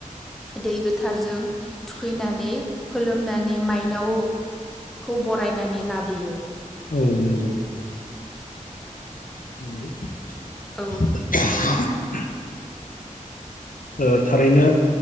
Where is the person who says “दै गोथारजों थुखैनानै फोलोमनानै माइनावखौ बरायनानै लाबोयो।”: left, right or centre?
Centre